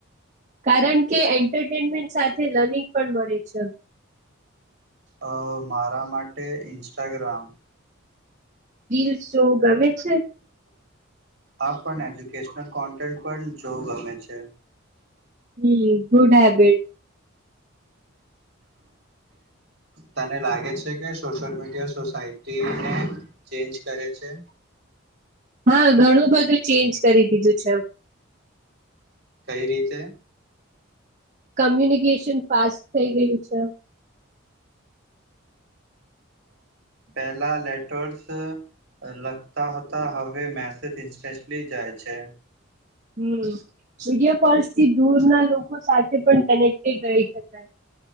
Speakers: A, on the right; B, on the right.
A: કારણ કે એન્ટરટેનમેન્ટ સાથે લર્નિંગ પણ મળે છે.
B: અ મારા માટે ઇન્સ્ટાગ્રામ.
A: રીલ શો ગમે છે?
B: હા પણ એજ્યુકેશનલ કોન્ટેન્ટ પણ જોવું ગમે છે.
A: હમ ગુડ હેબિટ.
B: તને લાગે છે કે સોશિયલ મીડિયા સોસાયટીને ચેન્જ કરે છે?
A: હા ઘણું બધું ચેન્જ કરી દીધું છે.
B: કઈ રીતે?
A: કમ્યુનિકેશન ફાસ્ટ થઈ ગયું છે.
B: પહેલા લેટર્સ લખતા હતા હવે મેસેજ ઇન્સ્ટન્ટલી જાય છે.
A: હમ, વિડીયો કોલ્ થી દૂર ના લોકો સાથે પણ કનેક્ટ રહી શકાય.